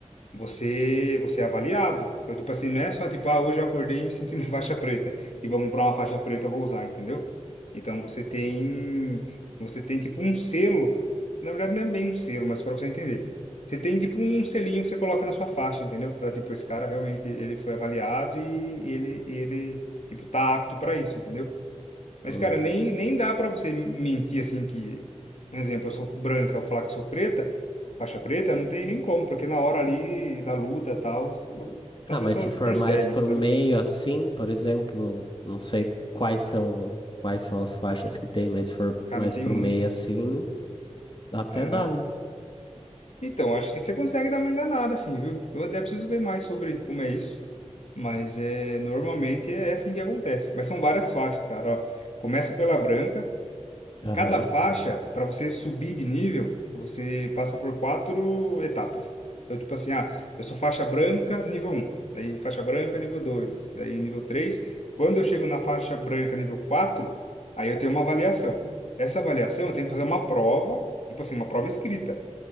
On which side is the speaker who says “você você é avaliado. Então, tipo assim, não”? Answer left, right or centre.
Left